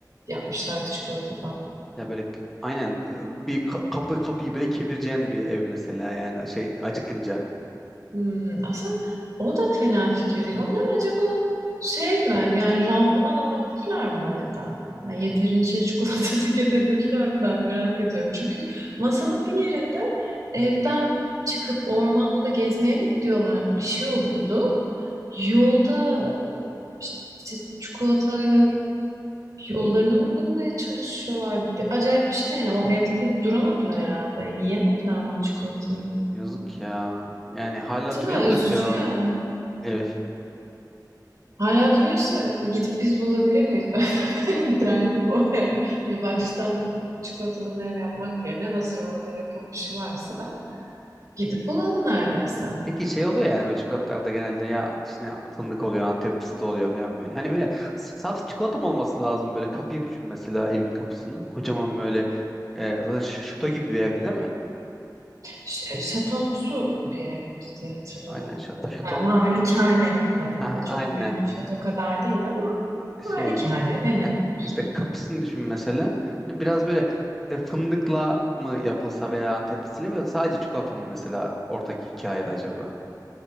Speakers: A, on the right; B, in the centre.
A: yapmışlardı çikolatadan.
B: Ya böyle k- aynen e, bir ka- kapı kapıyı böyle kevireceğin bir ev mesela yani şey acıkınca.
A: Hmm, aslında o da fena fikir değil. Onların acaba şey mi? Yani randıman alabildiler mi o evden? Yani yeterince çikolata <laughs> tüketebildiler mi? Ben merak ediyorum. Çünkü masalın bir yerinde evden çıkıp ormanda gezmeye mi gidiyorlardı? Bir şey oluyordu. Yolda işte çikolatayla Yollarını mı bulmaya çalışıyorlar? Bir- Acayip bir şey yani. O evde pek duramadılar herhalde. Yiyemediler mi o çikolatayı?
B: Yazık ya. Yani hala duruyor
A: Değil mi?
B: mudur
A: Üzücü
B: ki o
A: yani.
B: ev
A: Hala duruyorsa gidip biz bulabilir miyiz? <laughs> Ben, benim derdim o yani. Bir baştan çikolatadan ev yapmak yerine hazır orada yapılmışı varsa gidip bulalım neredeyse.
B: Peki şey oluyor yani böyle çikolatalarda genelde ya içine fındık oluyor, Antep fıstığı oluyor falan böyle. Hani böyle saf çikolata mı olması lazım böyle kapıyı düşün mesela evin kapısını. Kocaman böyle e, zaten ş- şato gibi bir evde değil mi?
A: Ş- Şatomsu bir evdi diye hatırlıyorum.
B: Aynen şato, şaton.
A: Yani malikane tadında.
B: Ha
A: Çok
B: aynen
A: büyük bir şato kadar değil ama malikane
B: şey
A: denebilir.
B: ha, işte kapısını düşün mesela. Hani biraz böyle e, fındıkla mı yapılsa veya Antep fıstığıyla mı yoksa sadece çikolata mı mesela oradaki hikayede acaba?